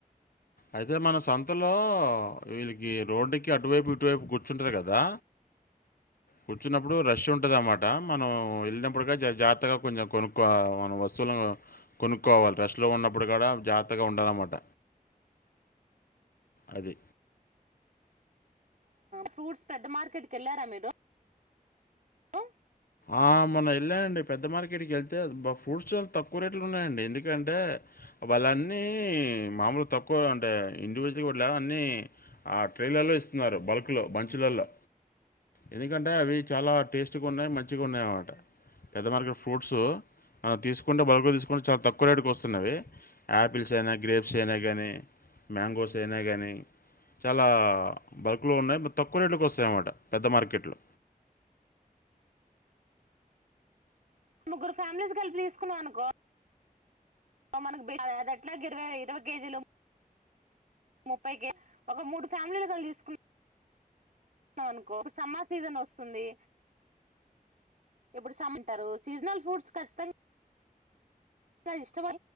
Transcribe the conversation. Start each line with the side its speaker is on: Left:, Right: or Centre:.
Left: అయితే మన సంతలో వీళ్ళకి రోడ్డుకి అటువైపు ఇటువైపు గుర్ కూర్చుంటారు కదా కూర్చున్నప్పుడు రష్ ఉంటుంది అన్నమాట మనం వెళ్ళినప్పుడుక జాగత్తగా కొంచెం కొనుక్కో మనం వ వస్తువులను కొనుక్కోవాలి రెష్ లో ఉన్నప్పుడు కూడా జాగ్రత్తగా ఉండాలన్నమాట అది
Right: ఫ్రూట్స్ పెద్ద మార్కెట్ కి వెళ్ళారా మీరు ఆ
Left: ఆ మొన వెళ్ళాయండి పెద్ద మార్కెట్ కి వెళ్తే ఫ్రూడ్స్ చాలా తక్కువ రేట్లు ఉన్నాయండి ఎందుకంటే వాళ్ళన్నీ మామూలు తక్కువ అంటే ఇండివిజువల్గా కూడాట్లా అన్నీ ఆ ట్రైలర్లో ఇస్తున్నారు బల్క్లో మంచులలో ఎందుకంటే అవి చాలా టేస్ట్గా ఉన్నాయి మంచిగా ఉన్నాయి అన్నమాట పెద్ద మరగ ఫ్రూట్స్ అ తీసుకుంటే బల్క్ తీసుకుంటే చాలా తక్కువ రేటుకే వస్తున్నవి ఆపిల్స్ అయినా గ్రేప్స్ అయినా కాగానీ మ్యాంగోస్ అయినా గానీ చాలా బల్క్లో ఉన్నాయి తక్కువ రేట్లకు వస్తాయన్నమాట పెద్ద మార్కెట్లు
Right: ముగ్గురు ఫ్యామిలీస్ కలిపి తీసుకున్నాం అనుకో మనకు అదట్లాగా ఇరవై ఇరవై కేజీలు ముప్పైకి ఒక మూడు ఫ్యామిలీలు కలి తీసుకున్నా అనుకో ఇప్పుడు సమ్మర్ సీజన్ వస్తుంది ఎప్పుడు సమంటారు సీజనల్ ఫ్రూట్స్ ఖచ్చితంగా <unintelligible> ఇష్టమై